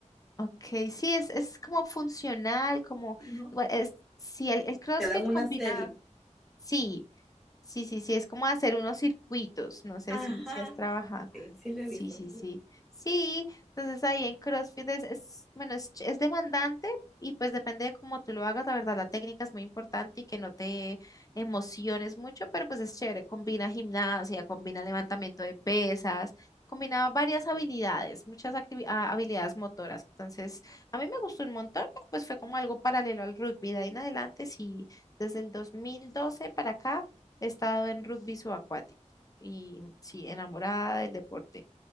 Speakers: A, on the left (about 30°); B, in the centre.
A: Ok, sí, es, es como funcional, como,
B: Sí, ¿no?
A: igual, es, sí, el, el CrossFit
B: Te dan una
A: combina,
B: serie.
A: sí, sí, sí, sí, es como hacer unos circuitos, no sé
B: Ajá.
A: si, si has trabajado.
B: Sí, sí lo he
A: Sí,
B: visto.
A: sí,
B: sí.
A: sí. Sí, entonces ahí en CrossFit es, es, bueno, es, ch- es demandante y pues depende de cómo tú lo hagas, la verdad, la técnica es muy importante y que no te emociones mucho, pero pues es chévere, combina gimnasia, combina levantamiento de pesas, combina varias habilidades, muchas activi- ah, habilidades motoras. Entonces, a mí me gustó un montón, pero pues fue como algo paralelo al rugby. De ahí en adelante, sí, desde el 2012 para acá he estado en rugby subacuático y sí, enamorada del deporte.